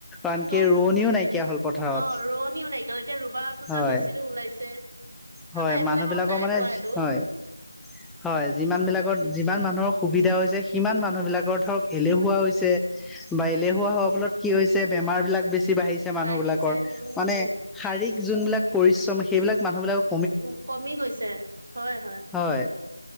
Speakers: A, in the centre; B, on the right.
A: আনকে
B: চব
A: ৰোৱনীও নাইকিয়া হ'ল পথাৰত
B: অ ৰোৱনীও নাইকিয়া এতিয়া ৰুবা পোতা
A: হয়।
B: মেচিনো ওলাইছে
A: হয়,
B: আমাৰ এইফালে
A: মানুহ
B: বাৰু
A: বিলাকৰ
B: নাই
A: মানে
B: পোৱা এইটো
A: হয়। হয়,
B: উ
A: যিমান বিলাকৰ যিমান মানুহৰ সুবিধা হৈছে। কিমান মানুহ বিলাকৰ ধৰক এলেহুৱা হৈছে বা এলেহুৱা হোৱাৰ ফলত কি হৈছে বেমাৰ বিলাক বেছি বাঢ়িছে মানুহ
B: বাঢ়িছে
A: বিলাকৰ
B: উম
A: মানে
B: উম
A: শাৰীৰিক যোনবিলাক পৰিশ্ৰম সেইবিলাক মানুহ বিলাকক
B: উ কমি গৈছে হয়-হয়।
A: হয়,